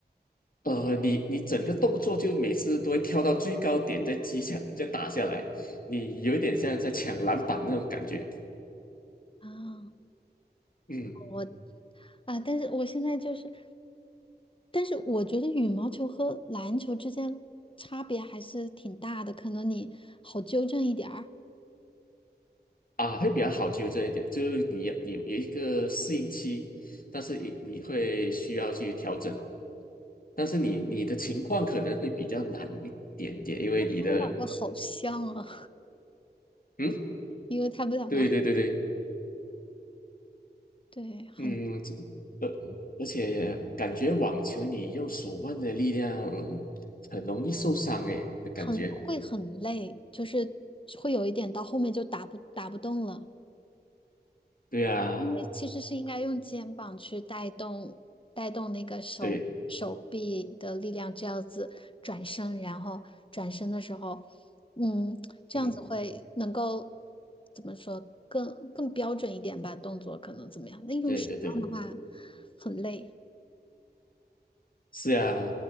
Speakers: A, on the left (about 55°); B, on the left (about 30°).
A: 呃，你你整个动作就每次都会跳到最高点，再击下，再打下来，你有一点像在抢篮板那种感觉。
B: 啊？
A: 嗯，
B: 我啊，但是我现在就是，但是我觉得羽毛球和篮球之间差别还是挺大的，可能你好纠正一点儿。
A: 啊，会比较好纠正一点，就是你你有一个适应期，但是你你会需要去调整，但是你你的情况可能会比较难一点点，因为你的，
B: 他们两个好像啊，
A: 嗯，
B: <laughs> 因为他们两个
A: 对对对对，
B: 对很
A: 嗯，这呃，而且感觉网球你用手腕的力量很容易受伤诶的感觉，
B: 很会很累，就是会有一点到后面就打不打不动了，
A: 对啊。
B: 因为其实是应该用肩膀去带动带动那个手手臂的力量，
A: 对，
B: 这样子转身，然后转身的时候，嗯，这样子会能够
A: 嗯，
B: 怎么说更更标准一点吧，动作可能怎么样？那用手腕的话
A: 对对对，
B: 很累。
A: 是呀。